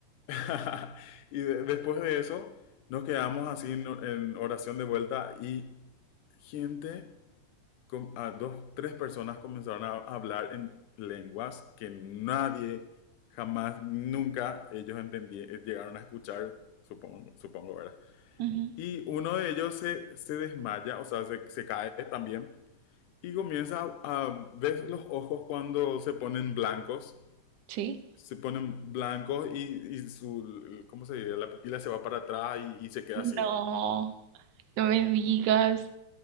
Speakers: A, on the left (about 85°); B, on the right (about 80°).
A: <laughs> y de- después de eso nos quedamos así en, en oración de vuelta y gente, com- a dos, tres personas comenzaron a hablar en lenguas que nadie jamás, nunca ellos entendí- eh, llegaron a escuchar, supongo, supongo, ¿verdad?
B: Ujú,
A: Y uno de ellos se, se desmaya, o sea, se, se cae también y comienza a, a ver los ojos cuando se ponen blancos
B: ¿Sí?
A: se ponen blancos y, y su, ¿cómo se dice? La pupila se va para atrás y, y se queda
B: No,
A: así, ¿verdad?
B: no me digas.